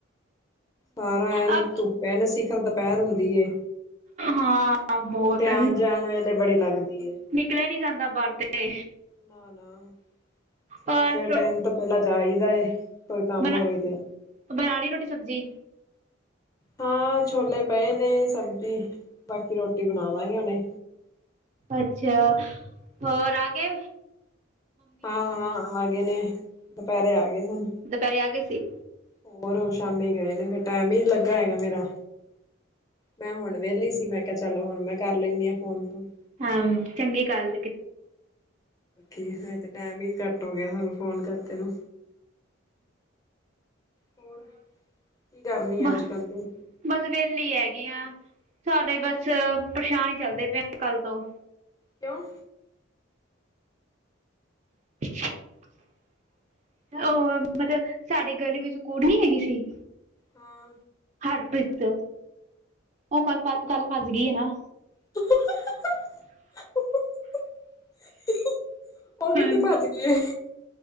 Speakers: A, on the left; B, on the right.
A: ਸਾਰਾ
B: ਅ
A: ਐਨ ਧੁੱਪ ਐਨ ਸਿਖਰ ਦੁਪਹਿਰ ਹੁੰਦੀ ਏ।
B: ਹਾਂ। ਬਹੁਤ
A: ਕਿੱਤੇ ਆਉਣ ਜਾਣ ਵੇਲੇ ਬੜੀ ਲੱਗਦੀ ਏ।
B: ਨਿਕਲਿਆ ਨੀ ਜਾਂਦਾ ਬਾਹਰ ਕਿੱਤੇ।
A: ਨਾ, ਨਾ ਸਵੇਰ
B: ਔਰ
A: ਸਵੇਰੇ ਟਾਈਮ ਤੋਂ। ਪਹਿਲਾਂ ਜਾ ਆਈਦਾ ਏ ਕੋਈ ਕੰਮ
B: ਬਣਾ
A: ਹੋਵੇ ਤੇ।
B: ਬਣਾ ਲਈ ਰੋਟੀ ਸਬਜ਼ੀ?
A: ਹਾਂ ਛੋਲੇ ਪਏ ਨੇ ਸਬਜ਼ੀ ਬਾਕੀ ਰੋਟੀ ਬਣਾ ਦਾਗੇ ਹੀ ਹੁਣੇ।
B: ਅੱਛਾ, ਹੋਰ ਆਗੇ?
A: ਹਾਂ, ਹਾਂ ਆ ਗਏ ਨੇ ਦੁਪਹਿਰੇ ਆ ਗਏ ਸਨ।
B: ਦੁਪਹਿਰੇ ਆ ਗਏ ਸੀ?
A: ਹੋਰ ਸ਼ਾਮੀ ਗਏ ਨੇ ਫਿਰ ਟੈਮ ਹੀ ਲੱਗਾ ਹੈਗਾ ਮੇਰਾ। ਮੈਂ ਹੁਣ ਵਿਹਲੀ ਸੀ। ਮੈਂ ਕਿਹਾ ਚਲੋ ਹੁਣ ਮੈਂ ਕਰ ਲੈਦੀ ਹਾਂ ਫੋਨ ਫੂਨ।
B: ਹਾਂ ਚੰਗੀ ਗੱਲ ਏ।
A: ਹਜੇ ਤੇ ਟਾਈਮ ਹੀ ਘੱਟ ਹੋ ਗਿਆ ਸਾਨੂੰ ਫੋਨ ਕਰਦੇ ਨੂੰ। ਹੋਰ, ਕੀ ਕਰਨੀ
B: ਬ
A: ਆ ਅੱਜ ਕੱਲ੍ਹ ਤੂੰ?
B: ਬਸ ਵਿਹਲੀ ਹੈਗੀ ਆ, ਸਾਡੇ ਬਸ ਪਰੇਸ਼ਾਨ ਹੀ ਕਰਦੇ ਪਏ ਆ ਕੱਲ ਤੋਂ।
A: ਕਿਉਂ?
B: <unintelligible>
A: ਹੈਲੋ
B: ਉਹ ਮਤਲਬ ਸਾਡੇ ਗਲੀ ਵਿੱਚ ਕੂੜ ਨੀ ਹੈਗੀ ਸੀ।
A: ਹਾਂ।
B: ਹਰਪ੍ਰੀਤ ਉਹ ਕੱਲ ਕੱਲ ਭੱਜ ਗਈ ਹੈ ਨਾ।
A: <unintelligible> ਉਹ ਕਿੱਥੇ
B: ਹਾਂਜੀ
A: ਭੱਜ ਗਏ?